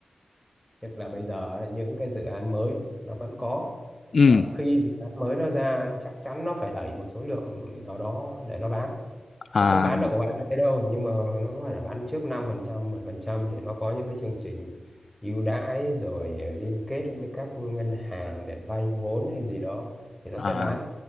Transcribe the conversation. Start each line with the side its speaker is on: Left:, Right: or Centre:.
Centre: tức là bây giờ ấy, những cái dự án mới nó vẫn có
Left: ừ
Centre: và khi dự án mới nó ra chắc chắn nó phải đẩy một số lượng nào đó để nó bán
Left: à
Centre: nó không bán được ổ ạt như thế đâu nhưng mà nó có thể là bán trước năm phần trăm mười phần trăm thì nó có những cái chương trình ưu đãi rồi liên kết với các ngân hàng để vay vốn hay gì đó thì nó
Left: à
Centre: sẽ bán